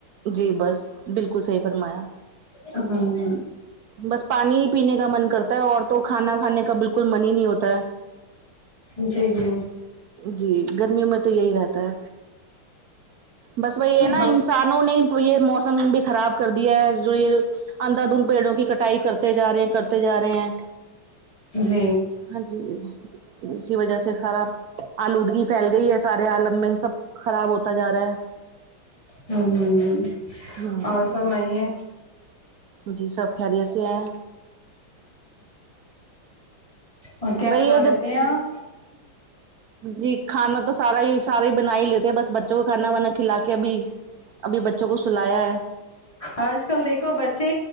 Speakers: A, on the right; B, on the left.
A: جی بس بالکل صحیح فرمایا
B: ہوں
A: بس پانی ہی پینے کا من کرتا ہے اور تو کھانا کھانے کا بالکل من ہی نہیں ہوتا ہے
B: جی جی
A: جی گرمیوں میں تو یہی رہتا ہے بس وہی ہے نا
B: بس
A: انسانوں نے یہ موسم بھی خراب کر دیا ہے جو یہ اندھا دھند پیڑوں کی کٹائی کرتے جا رہے ہیں کرتے جا رہے ہیں
B: جی
A: ہاں جی اسی وجہ سے خرا آلودگی پھیل گئی ہے سارے آالم میں سب خراب ہوتا جا رہا ہے
B: ہوں ہوں
A: ہوں
B: اور سر مائے
A: جی سب خیریت سے ہے
B: اور کیا
A: وہی
B: بنا
A: ہے جب
B: لیتے ہیں آپ
A: جی کھانا تو سارا ہی سارا ہی بنا ہی لیتے بس بچوں کو کھانا وانا کھلا کے ابھی ابھی بچوں کو سلایا ہے
B: آج کل دیکھو بچے